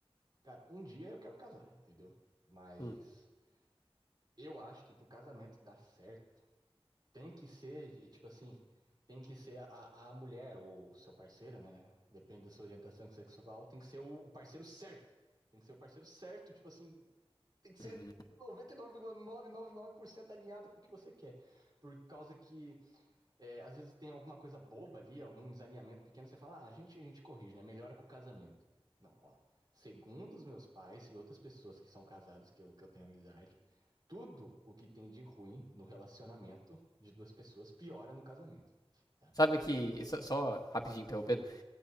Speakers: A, on the right; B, on the left.
A: cara, um dia eu quero casar, entendeu? Mas
B: Hum,
A: eu acho que pro casamento dar certo, tem que ser, e, tipo assim, tem que ser a, a mulher ou o seu parceiro, né? Depende da sua orientação sexual, tem que ser o, o parceiro certo. Tem que ser o parceiro certo, tipo assim, tem que ser
B: hum.
A: 99,999% alinhado com o que você quer. Por causa que É, às vezes tem alguma coisa boba ali, algum desalinhamento pequeno, você fala, ah, a gente, a gente corrige, né? Melhora com o casamento. Não, ó. Segundo os meus pais e outras pessoas que são casadas, que eu, que eu tenho amizade, tudo o que tem de ruim no relacionamento de duas pessoas piora no casamento, tá?
B: Sabe que. só- Só rapidinho interrompendo.